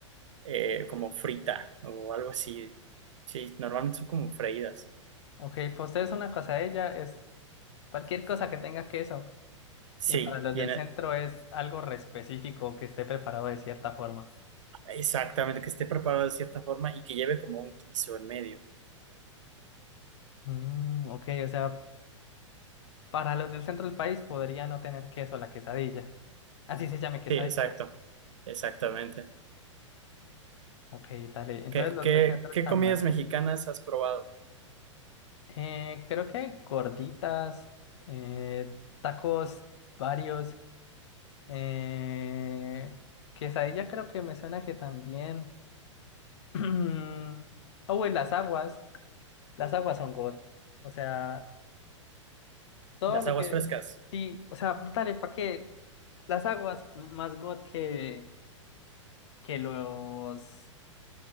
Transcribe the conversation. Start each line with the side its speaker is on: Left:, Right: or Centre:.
Right: eh, como frita o algo así. Sí, normalmente son como freídas.
Left: Ok, para ustedes una quesadilla es cualquier cosa que tenga queso.
Right: Sí,
Left: Y para los
Right: y
Left: del
Right: en
Left: centro
Right: el-
Left: es algo re específico que esté preparado de cierta forma.
Right: exactamente, que esté preparado de cierta forma y que lleve como un guiso en medio.
Left: Mm, ok, o sea, para los del centro del país podría no tener queso la quesadilla. Así se llame quesadilla.
Right: Sí, exacto, exactamente.
Left: Ok, dale. Entonces
Right: ¿Qué,
Left: los
Right: qué,
Left: del centro están
Right: qué comidas
Left: mal.
Right: mexicanas has probado?
Left: Eh, creo que hay gorditas, eh, tacos varios, eh, quesadilla creo que me suena que también. <clears throat> Oh, y las aguas. Las aguas son God. O sea, todo
Right: Las
Left: lo
Right: aguas
Left: que...
Right: frescas.
Left: Sí, o sea, dale, ¿para qué? Las aguas más God que, que los...